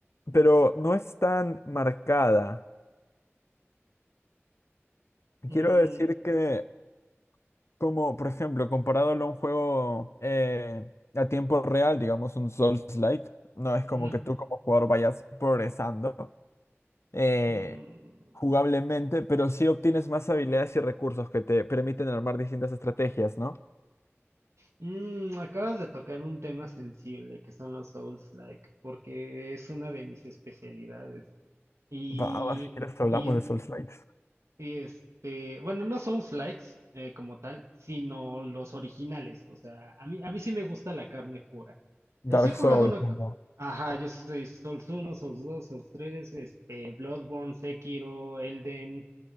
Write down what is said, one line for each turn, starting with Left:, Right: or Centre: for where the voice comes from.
Left: pero no es tan marcada.
Right: Mm,
Left: Quiero decir que, como por ejemplo, comparándolo a un juego eh, a tiempo real, digamos un Souls-like, no es
Right: mm,
Left: como que tú como jugador vayas progresando eh,
Right: mm.
Left: jugablemente, pero sí obtienes más habilidades y recursos que te permiten armar distintas estrategias, ¿no?
Right: Mm, acabas de tocar un tema sensible que son los Souls-like, porque es una de mis especialidades. Y,
Left: Va, va, si quieres
Right: y,
Left: hablamos
Right: en-
Left: de Souls-likes.
Right: y este, bueno, no son likes como tal, sino los originales. O sea, a mí, a mí sí me gusta la carne pura.
Left: Dark
Right: Eh, sí he jugado
Left: Souls,
Right: uno.
Left: como.
Right: c- Ajá, yo soy Souls uno Souls 2 Souls 3 este, Bloodborne, Sekiro, Elden.